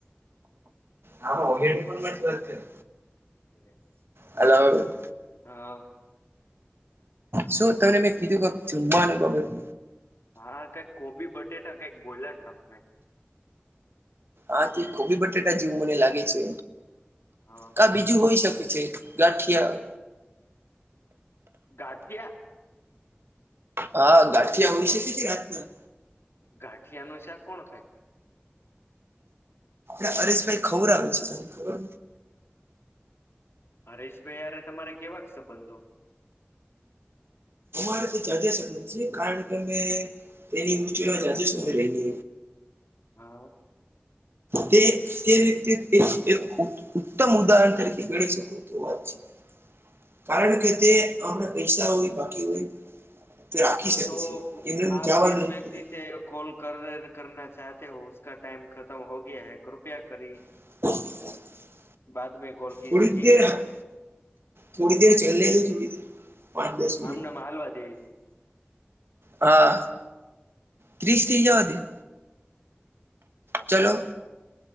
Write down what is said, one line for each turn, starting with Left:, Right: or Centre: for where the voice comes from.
Right: હા, હેડફોન માંથી વાત કરી.
Left: <unintelligible>
Right: હલો
Left: હા
Right: શું તમને મેં કીધું ક જુમમાનું બાબત.
Left: હા, કઈક કોબી બટેટા કઈક બોલા તમે
Right: હાથી કોબી બટેાટા જેવું મને લાગે છે,
Left: હ
Right: કા બીજું હોય શકે છે. ગાઠિયા
Left: ગાથીયા?
Right: હા, ગાઢીયા આવુંશે કે રાતના
Left: ગાંઠિયા ન ચા કોણ ખાય?
Right: એ અરેશભાઈ ખવર આવે છે, તને ખબર
Left: હરેશભાઈ યરે તમારે કેવા સંબંધો
Right: અરે તો જાા સબંધ છે, કારણ કે અમે તેની મુ જા સમમે લઈને
Left: હા,
Right: તે તે વ્યક્તિ ઉત્તમ ઉદાહરણ તરીકે ગણી શકે. કારણ કે તે આપણા પૈસા હોય, બાકી હોય. તો રાખી શકે
Left: તો
Right: છે, એમને એમ
Left: આપ
Right: જવાનું
Left: જિસ વ્યક્તિ
Right: નથી.
Left: સે કોલ કર કરના ચાતે, હોકા ટાઈમ ખતમ હો ગયા હૈ. કૃપયા કરે. <inaudible>
Right: <unintelligible>
Left: બાદ મે કોલ. કીજીએ
Right: થોડી
Left: ઠીક
Right: દેર,
Left: હે
Right: થોડી દેર ચાલે છે, થોડી દેર પાંચ દસમી.
Left: આમનેમ હાલવા દેવી તો
Right: હા, ક્ર્રીસ્તી જો હોતી. ચલો,